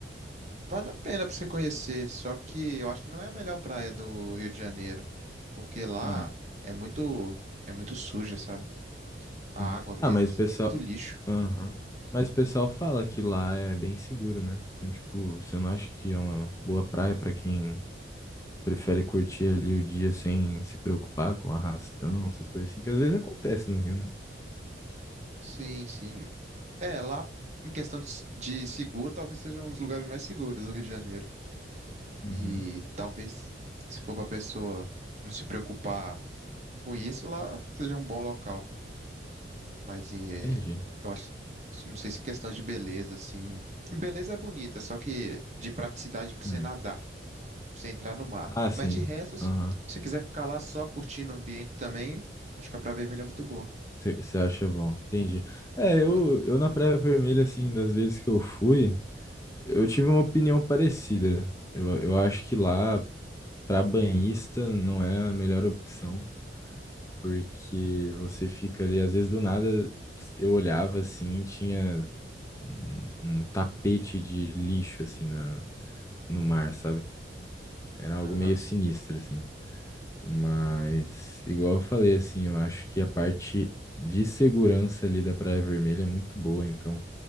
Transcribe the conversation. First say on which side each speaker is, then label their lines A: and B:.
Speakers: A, on the right; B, on the left.
A: vale a pena para você conhecer, só que eu acho que não é a melhor praia do Rio de Janeiro, porque lá
B: Hum.
A: é muito, é muito suja, sabe? A
B: Sim.
A: água mesmo,
B: Ah, mas
A: assim,
B: o pessoal.
A: tem muito lixo.
B: Aham. Mas o pessoal fala que lá é bem seguro, né? Então, tipo, você não acha que é uma boa praia pra quem prefere curtir ali o dia sem se preocupar com arrastão, essas coisas assim, que às vezes acontece no Rio, né?
A: Sim, sim. É, lá em questão de, se- de seguro, talvez seja um dos lugares mais seguros do Rio de Janeiro.
B: Uhum.
A: E talvez, se for para pessoa não se preocupar com isso, lá seja um bom local. Mas eh,
B: Entendi.
A: eu acho, isso não sei se é questão de beleza, assim. Beleza é bonita, só que de praticidade pra você
B: Hum.
A: nadar, pra você entrar no mar.
B: Ah,
A: Mas
B: sim.
A: de resto, se
B: Aham.
A: você quiser ficar lá só curtindo o ambiente também, acho que a Praia Vermelha é muito boa.
B: Você acha bom. Entendi. É, eu,
A: Aham,
B: eu na Praia Vermelha, assim, das vezes que eu fui, eu tive uma opinião parecida. Eu, eu acho que lá, pra banhista, não é a melhor opção. porque você fica ali, às vezes do nada eu olhava assim, tinha um, um tapete de lixo assim na, no mar, sabe? Era algo
A: aham.
B: meio sinistro assim. Mas igual eu falei assim, eu acho que a parte de segurança ali da Praia Vermelha é muito boa, então